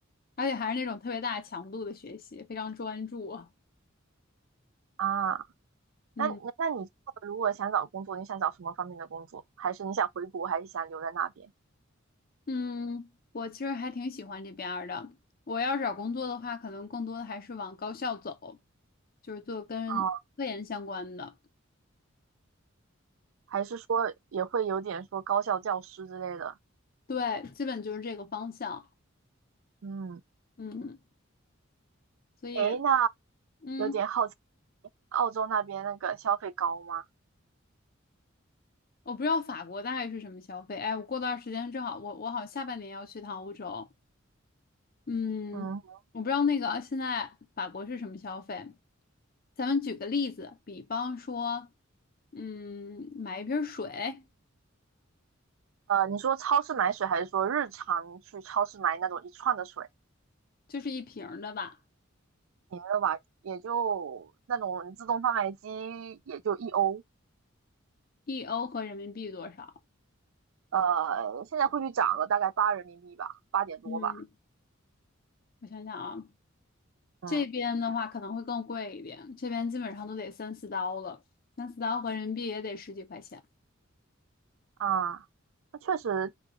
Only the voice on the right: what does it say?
啊，
那那你如果想找工作，你想找什么方面的工作？还是你想回国，还是想留在那边？
哦，还是说也会有点说高校教师之类的？
嗯，
诶，那
有点好奇，澳洲那边那个消费高吗？
嗯。
你说超市买水，还是说日常去超市买那种一串的水？
你们的吧，也就那种自动贩卖机，也就一欧。
呃，现在汇率涨了大概八人民币吧，八点多吧。
嗯
啊，那确实，